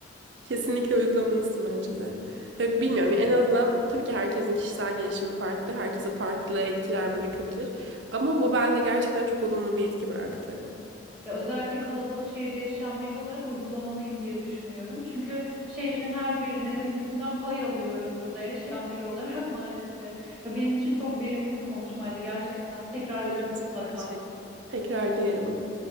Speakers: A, on the right; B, in the centre.
A: Kesinlikle uygulamalısın bence de. Ya bilmiyorum ya en azından tabii ki herkesin kişisel gelişimi farklı. Herkese farklı etkiler bırakabilir. Ama bu bende gerçekten çok olumlu bir etki bıraktı.
B: Ya özellikle kalabalık şehirde yaşayan biri olarak uygulamalıyım diye düşünüyorum. Çünkü şehrin her bir negatifinden pay alıyorum burada yaşayan biri olarak <laughs> maalesef. Ya benim için çok verimli bir konuşmaydı gerçekten. Tekrarlayalım
A: Benim için
B: mutlaka.
A: aynı şekilde. Tekrarlayalım.